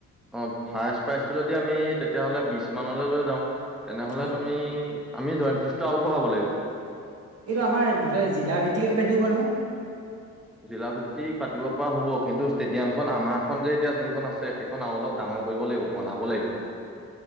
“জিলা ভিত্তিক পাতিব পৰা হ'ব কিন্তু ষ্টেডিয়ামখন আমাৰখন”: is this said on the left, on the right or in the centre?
Centre